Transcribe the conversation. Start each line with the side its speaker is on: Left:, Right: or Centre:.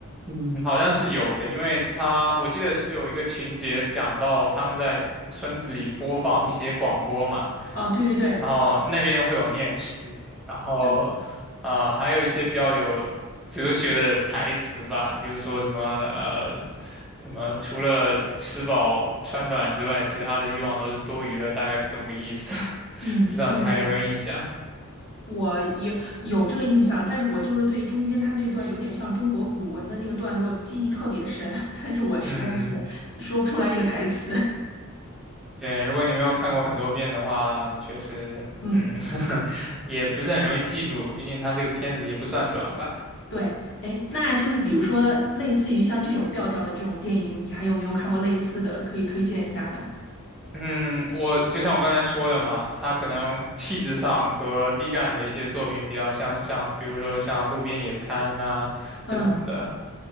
Centre: 嗯，好像是有的，因为他我记得是有一个情节讲到他们在村子里播放一些广播嘛，
Left: 啊，对对对
Centre: 然后那边会有念诗，然后呃还有一些比较有哲学的台词吧，
Left: 对，
Centre: 比如说什么呃什么除了吃饱穿暖之外，其他的欲望都是多余的，大概是这么个意思，<laughs>
Left: 嗯，
Centre: 不知道你还有没有印象？
Left: 对对对。我也有这个印象，但是我就是对中间他那段有点像中国古文的那个段落记忆特别深，<laughs> 但是我实在是说不出来那个台词。
Centre: 嗯。对，如果你没有看过很多遍的话，确实，
Left: <laughs> 嗯，
Centre: 嗯，<laughs> 也不是很容易记住，毕竟它这个片子也不算短吧。
Left: 对，哎，那就是比如说类似于像这种调调的这种电影，你还有没有看过类似的可以推荐一下的？
Centre: 嗯，我就像我刚才说的嘛，它可能气质上和毕赣的一些作品比较相像，比如说像《路边野餐》呐这种的，
Left: 嗯，